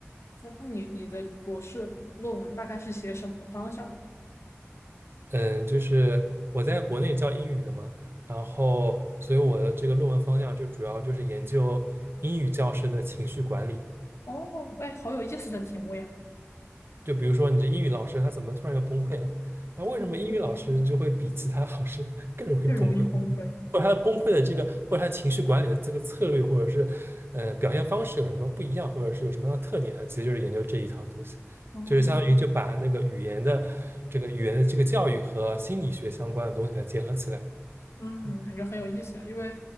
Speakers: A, on the left; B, on the right.
A: 那那你你的博士论文大概是写什么方向的？
B: 嗯，就是我在国内教英语的嘛，然后所以我的这个论文方向就主要就是研究英语教师的情绪管理。
A: 哦，哎，好有意思的题目呀
B: 就比如说你这英语老师他怎么突然就崩溃了？那为什么英语老师就会比其他老师
A: <laughs>，
B: <laughs> 更容易崩溃？
A: 越容易崩溃。
B: 或者他的崩溃的这个，或者他情绪管理的这个策略，或者是呃表现方式有什么不一样，或者是有什么样的特点啊？其实就是研究这一套东西，
A: 哦
B: 就是相当于就把那个语言的这个语言的这个教育和心理学相关的东西给它结合起来。
A: 嗯，
B: 嗯
A: 感觉很有意思呀。因为